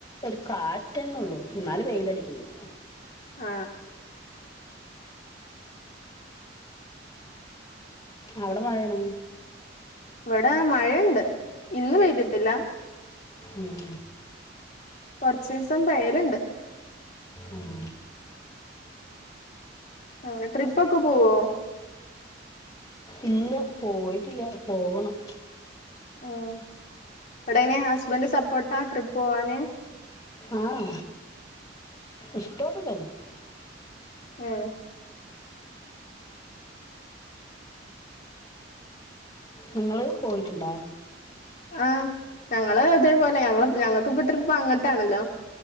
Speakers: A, on the left; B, on the left.
A: ഒരു കാറ്റ് റ്റന്നുള്ളൂ ന്നാലും വെയിലടിക്കിണ്ട്
B: ആ
A: അവടെ മഴേണോ
B: ഇവടെ മഴണ്ട് ഇന്ന് പെയ്തിട്ടില്ല
A: ഉം
B: കൊറച്ചീസം പെയ്യലുണ്ട്
A: ഉം
B: അങ്ങനെ ട്രിപ്പൊക്കെ പോവോ
A: ഇല്ല്യ പോയിട്ടില്ല്യ പോവണം
B: ഉം അവിടെങ്ങന്യാ ഹസ്ബൻഡ് സപ്പോർട്ടാ ട്രിപ്പ് പോവാന്
A: ആ ഇഷ്ടൊക്കെ തന്നെ
B: ഏ
A: നിങ്ങള് പോയിട്ട്ണ്ടാ
B: ആ ഞങ്ങള് ഇതേപോലെ ഞങ്ങള് ഞങ്ങക്കിപ്പ ട്രിപ്പങ്ങട്ടാണല്ലോ